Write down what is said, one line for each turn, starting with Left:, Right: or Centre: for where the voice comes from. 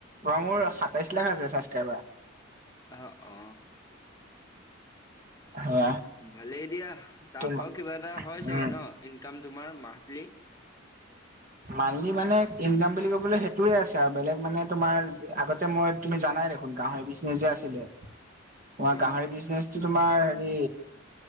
Right: পৰা মোৰ
Left: অ
Right: সাতাইছ লাখ আছে ছাবস্ক্ৰাইবাৰ
Left: অহ অ
Right: সেয়া
Left: তাক ভালেই দিয়া তাপাও
Right: তোমা
Left: কিবা এটা হয় চাগে
Right: উম
Left: ন ইনকাম তোমাৰ মাথলি
Right: মানলি মানে ইনকাম বুলি ক'বলে সেইটোৱে আছে আও বেলেগ মানে তোমাৰ আগতে মই তুমি জানাই দেখোন গাঁহৰি বিছনেজ যে আছিলে। তোমাৰ
Left: অ
Right: গাহৰি বিজনেচটো তোমাৰ হেৰি